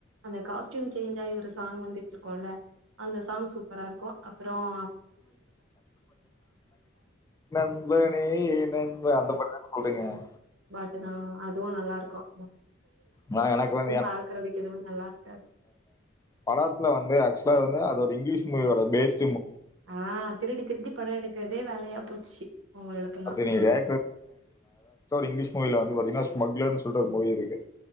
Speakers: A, on the right (about 85°); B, on the left (about 15°).
A: அந்த காஸ்ட்யூம் சேஞ்ச் ஆயி ஒரு சாங் வந்துட்டு இருக்கோம்ல அந்த சாங் சூ நல்லா இருக்கும் அப்பறம்
B: நண்பனே ஏ நண்ப அந்த பாட்டு புடிக்கும்
A: ம் ஆ அதுவும் நல்லா இருக்கும்
B: ம் ஆ எனக்கு வந்து என
A: பாக்குறதுக்கு எதுவு நல்லாருக்காது
B: படத்துல வந்து ஆக்சுவலா வந்து அது ஒரு இங்கிலீஷ் மூவி பேஸ்
A: ஆ திருடி திருடி படம் எடுக்கறதே வேலையாப் போச்சு அவங்களுக்கெல்லா
B: அப்டி நீங்க
A: ஆ
B: டேரக்டா இங்கிலீஷ் மூவில வந்து பாத்தீங்கன்னா ஸ்மக்லர் சொல்ற மூவி இருக்கு